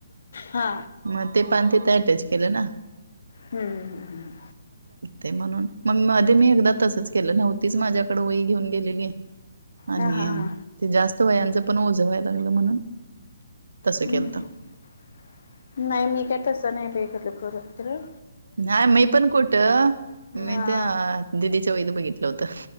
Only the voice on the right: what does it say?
मग ते पान तिथं अटॅच केलं ना?
ते म्हणून मग मध्ये मी एकदा तसंच केलं नव्हतीच माझ्याकडे वई घेऊन गेल्यानि आणि
ते जास्त वह्यांच पण ओझ व्हायला लागलं म्हणून तसं
केलं
नाही मी पण कोठं मी
त्या दिदीच्या वईत बघितलं होतं.